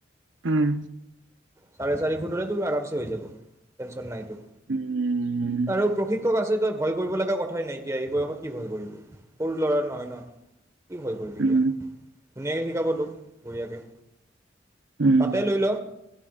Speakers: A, on the right; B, on the right.
A: উম।
B: চাৰে চাৰি ফুট হ'লে তোৰ আৰামচে হৈ যাব, টেনচন নাই তোৰ।
A: উম
B: আৰু? ছে তই ভয় কৰিব লগা কথাই নাই এতিয়া এই বয়সত কি ভয় কৰিবি? সৰু ল'ৰা নহয় ন? কি ভয় কৰিবি
A: উম
B: এতিয়া? ধুনীয়াকে শিকাব তোক, বহিয়াকে।
A: উম
B: তাতে লৈল।